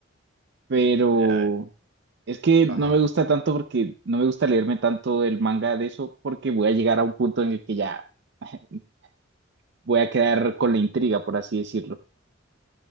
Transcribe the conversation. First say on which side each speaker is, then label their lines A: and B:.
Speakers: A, on the right; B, on the right.
A: Pero
B: Ya, eh.
A: es que
B: Ajá.
A: no me gusta tanto porque no me gusta leerme tanto el manga de eso porque voy a llegar a un punto en el que ya <laughs> voy a quedar con la intriga, por así decirlo.